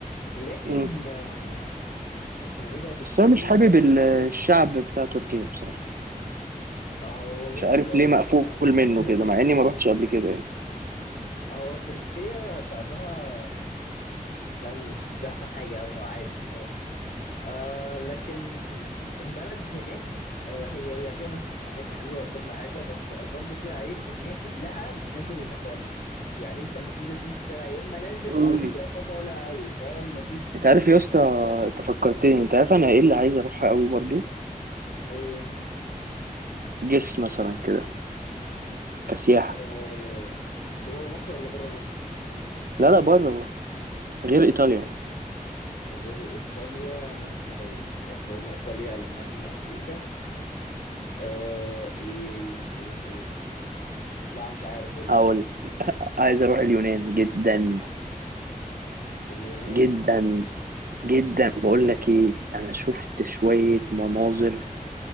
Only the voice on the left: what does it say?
لكن
آه، اسمه إيه ده بتكون
آه، هو بص
هو
الصراحة
<laughs>
هو تركيا شعبها يعني فاهم مش مش أحسن حاجة أوي هو عادي الصراحة آه لكن البلد هناك آه هي هي فيها مز- اماكن حلوه وكل حاجه بس برضو فيها عيب ان هي كلها منازل ومطالع يعني انت لما تنزل تمشي في شارع يا اما نازل
قوي يا اما طالع قوي فما فيش مفيش
وسط
لا فرق
ايه
آه جوه مصر ولا بره مصر
غير ايطاليا يعني احنا لو احنا قلنا ايطاليا المانيا امريكا آه ايه ايه ايه, إيه. لا مش عارف قول
اليونان